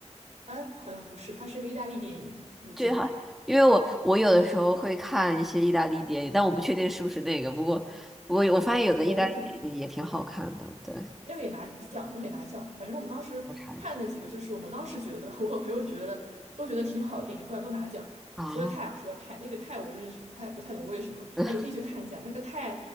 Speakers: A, on the right; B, in the centre.
A: 哎，好像不是，它是一个意大利电影，我记得。
B: 对哈，因为我我有的时候会看一些意大利电影，但我不确定是不是那个。不过不过我发现有的意大利电影也挺好看的，
A: 哦，
B: 对，
A: 那个也拿奖，那个也拿奖。反正我们当时看的那几个，
B: 我查一查
A: 就是我们当时觉得，<laughs> 我和朋友觉得都觉得挺好的电影，后来都拿奖了。
B: 啊。
A: 除了泰啊，除了泰，那个泰我真是不太不太懂为什么。
B: 嗯
A: 哎，你可以去看一下，那个泰，